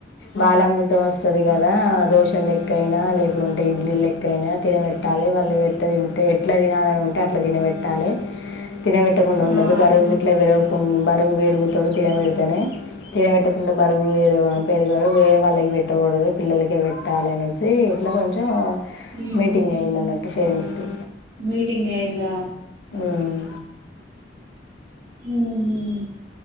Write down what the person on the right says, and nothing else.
ఆ
ఉమ్
మీటింగ్ అయిందా
మ్ హుమ్